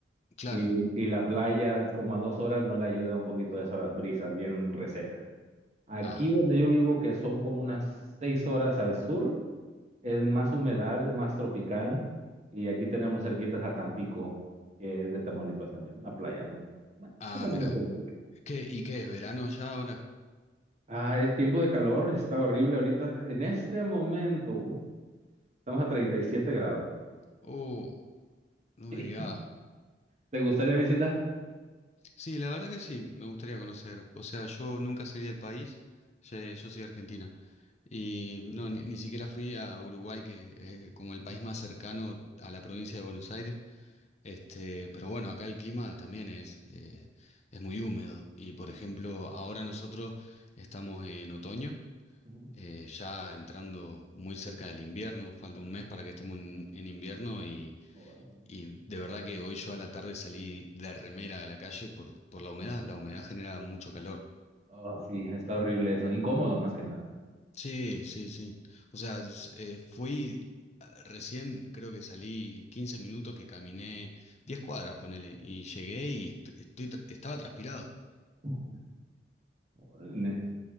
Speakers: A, on the left (about 40°); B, on the right (about 40°).
A: claro.
B: Y, y la playa como a dos horas no le ayuda un poquito eso a las brisas, bien resecas. Aquí
A: Ah,
B: donde yo vivo, que son como unas seis horas al sur, es más humedad, es más tropical. Y aquí tenemos cerquitas a Tampico, que es de Tamaulipas también, una playa muy, bueno,
A: ah,
B: más o
A: mirá.
B: menos turística.
A: ¿Qué, y qué es verano allá ahora?
B: Ah, es tiempo de calor, está horrible ahorita. En este momento estamos a treinta y siete grados. <laughs>
A: Oh, no
B: Sí.
A: me digas.
B: ¿Te gustaría visitar?
A: Sí, la verdad que sí, me gustaría conocer. O sea, yo nunca salí del país, ye- yo, soy de Argentina. Y no, ni, ni siquiera fui a Uruguay, que es como el país más cercano a la provincia de Buenos Aires. Este, pero bueno, acá el clima también es, eh, es muy húmedo. Y por ejemplo, ahora nosotros estamos en otoño,
B: Ujú.
A: eh, ya entrando muy cerca del invierno, falta un mes para que estemos en, en invierno y,
B: Órale.
A: y de verdad que hoy yo a la tarde salí de remera a la calle por, por la humedad. La humedad genera mucho calor.
B: Oh, sí, está horrible eso, incómodo más que nada.
A: Sí, sí, sí. O sea, es- eh, fui ah, recién, creo que salí quince minutos que caminé 10 cuadras, ponele, y llegué y est- estoy, tra- estaba transpirado.
B: <laughs> Órale.